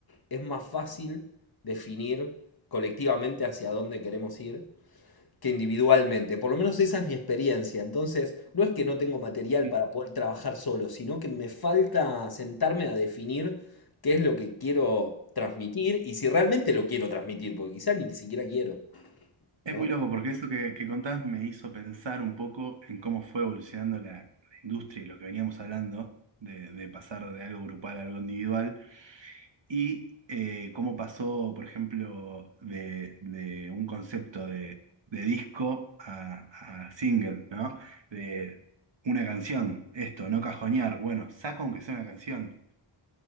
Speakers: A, on the left (about 45°); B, on the right (about 60°).
A: es más fácil definir colectivamente hacia dónde queremos ir que individualmente. Por lo menos esa es mi experiencia. Entonces, no es que no tengo material
B: Sí.
A: para poder trabajar solo, sino que me falta sentarme a definir qué es lo que quiero transmitir y si realmente lo quiero transmitir, porque quizá ni siquiera quiero,
B: Es
A: ¿no?
B: muy loco porque eso que, que contás me hizo pensar un poco en cómo fue evolucionando la, la industria y lo que veníamos hablando, de, de pasar de algo grupal a algo individual, y eh, cómo pasó, por ejemplo, de, de un concepto de, de disco a, a single, ¿no? De una canción, esto, no cajonear, bueno, saco aunque sea una canción.